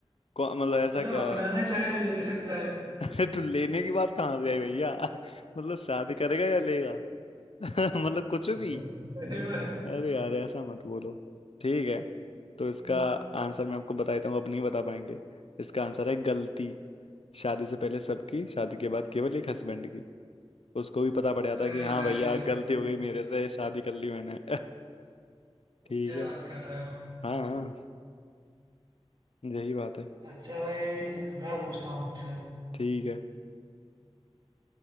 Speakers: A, on the left; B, on the right.
A: कौ- मतलब ऐसा
B: मतलब
A: क्या
B: अपनाना चाहे ले सकता है
A: अरे तू लेने की बात कहाँ से आई भैया मतलब शादी करेगा या लेगा <laughs> मतलब कुछ भी
B: <laughs> अरे वाह।
A: अरे यार ऐसा मत बोलो ठीक है तो इसका
B: हम्म,
A: आंसर मैं आपको बता देता हूँ आप नहीं बता पाएंगे इसका आंसर है गलती शादी से पहले सबकी शादी के बाद केवल एक हस्बैंड की उसको भी पता पड़ जाता
B: अरे
A: है कि हाँ
B: भाई
A: भैया गलती हो गई मेरे से शादी कर ली मैंने <laughs> ठीक
B: क्या
A: है
B: बात कर रहे हो
A: हाँ हाँ, यही बात है
B: अच्छा भाई मैं पूछता हूँ आपसे
A: ठीक है